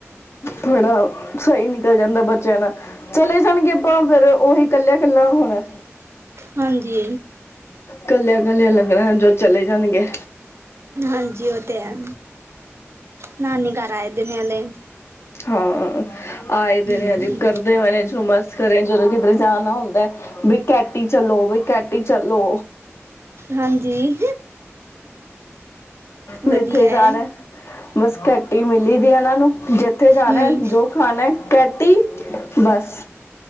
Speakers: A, on the left; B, on the right.
A: ਥੋੜਾ ਸਹੀ ਨਿਕਲ ਜਾਂਦਾ ਬੱਚਿਆਂ ਨਾਲ ਚਲੇ ਜਾਣਗੇ ਆਪਾਂ ਫੇਰ ਉਹੀ ਕੱਲਿਆ ਇਕੱਲਾ ਹੁਣ।
B: ਹਾਂਜੀ,
A: ਕੱਲਿਆ ਕੱਲਿਆ ਲੱਗ ਰਹਣ ਜੋ ਚਲੇ ਜਾਣਗੇ।
B: ਹਾਂਜੀ ਉਹ ਤੇ ਐ। ਨਾਨੀ ਗੱਲ <unintelligible>
A: ਹਾਂ ਆਏ ਦੇਨੇ
B: ਹੂੰ,
A: ਹਜੇ ਕਰਦੇ ਹੋਏ ਨੇ <unintelligible> ਕਰੇ ਜਦੋਂ ਕਿਧਰ ਜਾਣਾ ਹੁੰਦਾ ਵੀ ਕੈਟੀ ਚਲੋਵੇ ਕੈਟਿ ਚਲੋ
B: ਹਾਂਜੀ
A: ਜਿੱਥੇ
B: ਵਧੀਆ
A: ਜਾਣਾ
B: ਹੈ।
A: ਬਸ ਕੈਟੀ ਮਿਲੀ ਦੀ ਇਹਨਾਂ ਨੂੰ ਜ ਕਿੱਥੇ ਜਾਣਾ
B: ਹੂੰ,
A: ਜੋ ਖਾਣਾ ਕੈਟ ਤੀਹ ਬਸ।